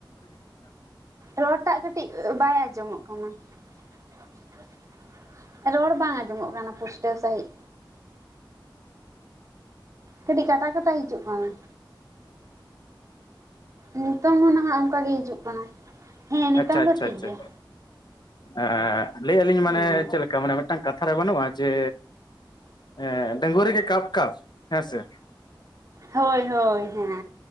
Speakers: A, on the right; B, on the left.
A: ᱨᱚᱲᱴᱟᱜ ᱠᱟᱹᱴᱤᱡ ᱵᱟᱭ ᱟᱸᱡᱚᱢᱚᱜ ᱠᱟᱱᱟ ᱨᱚᱲ ᱵᱟᱝ ᱟᱸᱡᱚᱢᱚᱜ ᱠᱟᱱᱟ ᱯᱩᱥᱴᱟᱹᱣ ᱥᱟᱦᱤᱡ ᱠᱟᱹᱴᱤᱡ ᱠᱟᱴᱟ ᱠᱟᱴᱟ ᱦᱤᱡᱩᱜᱼᱠᱟᱱᱟ ᱱᱤᱛᱚᱝ ᱦᱚᱸ ᱱᱟᱦᱟᱜ ᱚᱱᱠᱟᱜ ᱜᱮ ᱦᱤᱡᱩᱜ ᱠᱟᱱᱟ ᱦᱮᱸ ᱱᱤᱛᱚᱝ
B: ᱟᱪᱪᱷᱟ ᱟᱪᱪᱷᱟ
A: ᱫᱚ ᱴᱷᱤᱠ
B: ᱟᱪᱷᱟ
A: ᱜᱮᱭᱟ
B: ᱮᱸ ᱞᱟᱹᱭ ᱟᱞᱤᱧ ᱢᱟᱱᱮ
A: ᱦᱮᱸ
B: ᱪᱮᱜ ᱞᱮᱠᱟ ᱢᱟᱱᱮ ᱢᱤᱫᱴᱟᱝ ᱠᱟᱛᱷᱟ ᱨᱮ ᱵᱟᱹᱱᱩᱜᱼᱟ ᱡᱮ ᱮᱸ ᱰᱟᱹᱜᱩᱣᱟᱹ ᱨᱮᱜᱮ ᱠᱟᱯ ᱠᱟᱯ ᱦᱮᱸ ᱥᱮ
A: ᱦᱳᱭ ᱦᱳᱭ ᱦᱮᱸ